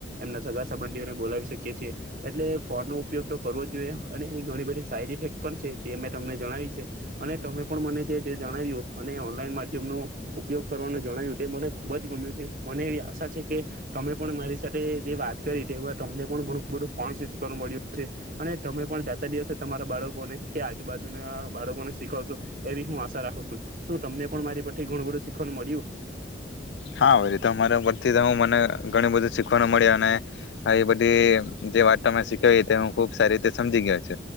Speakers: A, on the right; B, on the left.
A: એમના સગા સંબંધીઓને બોલાવી શકીએ છીએ એટલે ફોનનું ઉપયોગ તો કરવો જોઈએ અને એ ઘણી બધી સાઈડ ઇફેક્ટ પણ છે જે મેં તમને જણાવી છે અને તમે પણ મને જે જણાવ્યું અને ઓનલાઈન માધ્યમનો ઉપયોગ કરવાનું જણાવ્યું તે મને ખુબ જ ગમ્યું છે. મને એવી આશા છે કે તમે પણ મારી સાથે જે વાત કરી તે તમને પણ ઘણું બધું ફચ મળ્યું અને તમે પણ જાતા દિવસે તમારા બાળકોને કે આજુબાજુના બાળકોને શીખશો એવી હું આશા રાખું છું. શું તમને પણ મારી પરથી ઘણું બધું શીખવાનું મળ્યું?
B: હા તો મારા ઉપર થી હું મને ઘણું બધું શીખવાનું મળ્યું અને આ બધી જે વાત મે શીખ તે હ ખુબ સારી રીતે સમજી ગયો છ.